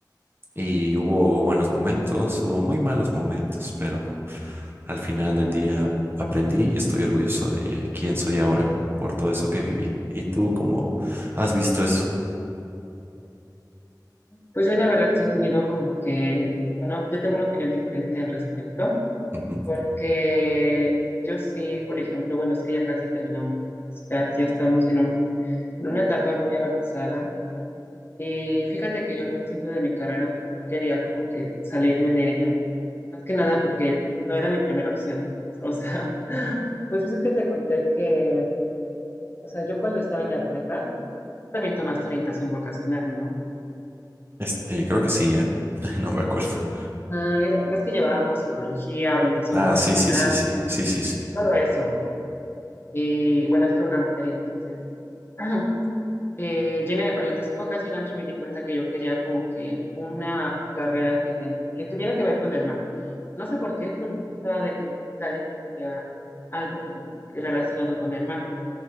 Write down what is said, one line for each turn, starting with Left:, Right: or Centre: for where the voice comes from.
Right: y hubo buenos momentos, hubo muy malos momentos, pero al final del día aprendí y estoy orgulloso de quién soy ahora por todo eso que viví. ¿Y tú cómo has visto eso?
Left: Pues yo la verdad sí he tenido como que, una, yo tengo una opinión diferente al respecto,
Right: Ujú.
Left: porque yo sí, por ejemplo, bueno, es que ya casi terminamos la universidad, ya estamos en, un- en una etapa muy avanzada y fíjate que yo al principio de mi carrera pues, quería como que salirme de ella, más que nada porque no era mi primera opción, o sea, <laughs> pues yo sé que te conté que O sea, yo cuando estaba en la prepa, tú también tomaste orientación vocacional, ¿no?
Right: Este, creo que sí, ¿eh? <laughs> No me acuerdo.
Left: Ah, era- ves que llevábamos psicología, orientación
Right: Ah,
Left: vocacional,
Right: sí, sí, sí, sí, sí, sí, sí.
Left: todo eso. Y bueno, es que era una materia, entonces. <clears throat> Eh, yo en la orientación vocacional yo me di cuenta que yo quería como que una carrera que, te- que tuviera que ver con el mar. No sé por qué, pero yo estaba de que duda y tal y que quería algo con- relacionado con el mar.